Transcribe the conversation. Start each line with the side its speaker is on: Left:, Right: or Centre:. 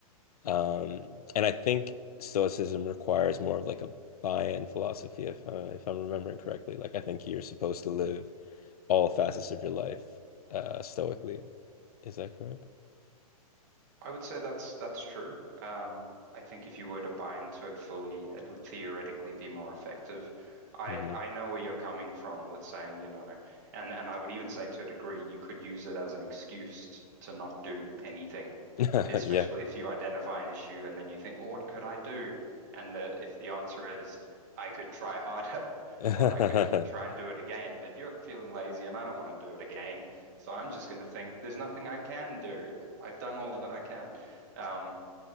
Left: Um, and I think Stoicism requires more of like a buy-in philosophy if uh, if I'm remembering correctly. Like I think you're supposed to live all facets of your life uh, stoically. Is that correct?
Right: I would say that's that's true. Um, I think if you were to buy into it fully, it would theoretically be more effective. I
Left: hmm
Right: I know where you're coming from with saying, you know, and and I would even say to a degree, you could use it as an excuse to not do anything,
Left: <laughs>
Right: especially
Left: Yeah.
Right: if you identify an issue and then you think, well, what could I do? And the if the answer is, I could try harder, <laughs>
Left: <laughs>
Right: or I could try and do it again, but you're feeling lazy and I don't want to do it again. So I'm just gonna think there's nothing I can do. I've done all that I can. Um,